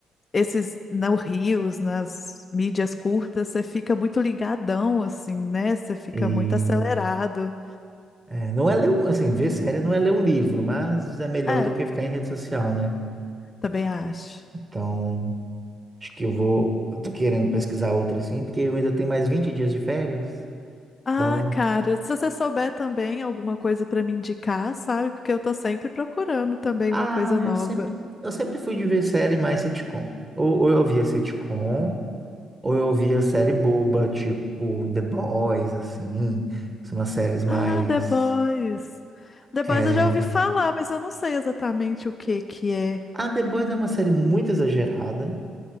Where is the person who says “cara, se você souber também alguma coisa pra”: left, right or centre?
Left